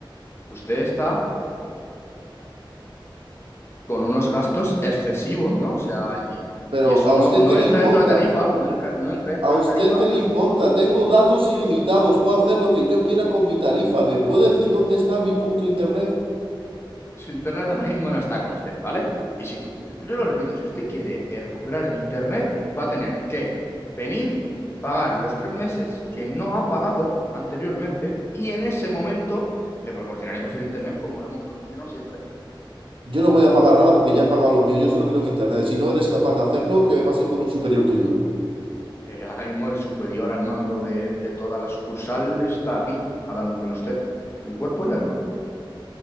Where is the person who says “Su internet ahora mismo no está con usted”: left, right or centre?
Left